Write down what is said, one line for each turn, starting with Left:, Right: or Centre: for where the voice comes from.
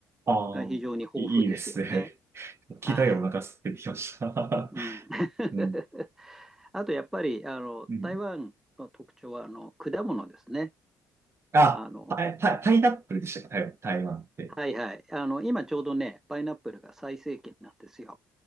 Right: あー、
Centre: が非常に豊富ですよね。
Right: いいいいですね。<laughs> 聞いたよ、
Centre: はい。
Right: お腹空いてきました。
Centre: うん、<laughs>
Right: <laughs> うん。
Centre: あとやっぱり、あの、
Right: うん。
Centre: 台湾の特徴は、あの、果物ですね。
Right: あ、
Centre: あの、
Right: パイ、パイパイナップルでしたか台台湾って。
Centre: はいはい。あの、今ちょうどね、パイナップルが最盛期なんですよ。